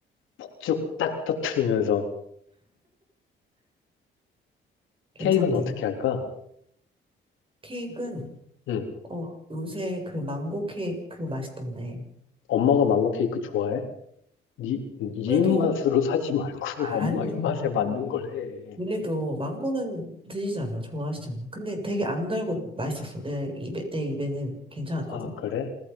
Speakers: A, on the left; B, on the right.
A: 폭죽 딱 터트리면서
B: 괜찮네.
A: 케이크는 어떻게 할까?
B: 케이크는,
A: 응.
B: 어, 요새 그 망고 케이크 맛있던데.
A: 엄마가 망고 케이크 좋아해? 니, 니 입맛으로
B: 그래도,
A: 사지 말고 <laughs>
B: 안,
A: 엄마 입맛에 맞는 걸 해.
B: 그래도 망고는 드시잖아, 좋아하시잖아. 근데 되게 안 달고 맛있었어. 내 입에, 내 입에는 괜찮았거든.
A: 아, 그래?